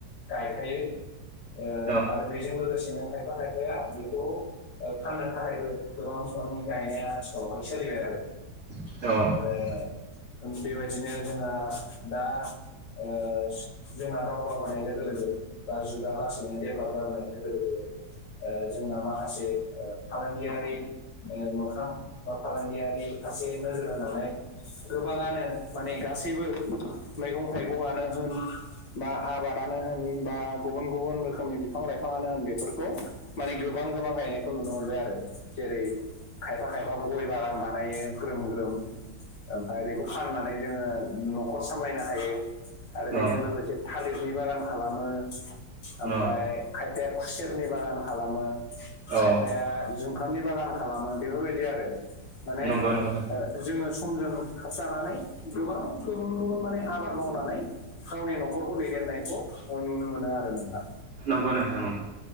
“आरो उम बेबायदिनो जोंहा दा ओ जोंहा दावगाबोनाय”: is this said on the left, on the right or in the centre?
Left